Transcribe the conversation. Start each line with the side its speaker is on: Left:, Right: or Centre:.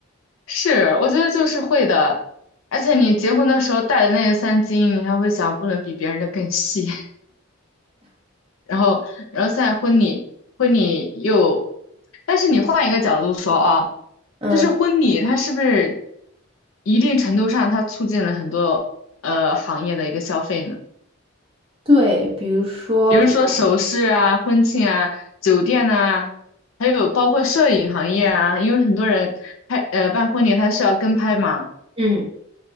Left: 是，我觉得就是会的。而且你结婚的时候戴的那个三金，你还会想不能比别人的更细。然后，然后在婚礼，婚礼又，但是你换一个角度说啊，
Right: 嗯，
Left: 就是婚礼它是不是一定程度上它促进了很多呃行业的一个消费呢？
Right: 对，比如说这个，
Left: 比如说首饰啊、婚庆啊、酒店啊，还有包括摄影行业啊，因为很多人拍呃办婚礼他需要跟拍嘛。
Right: 嗯。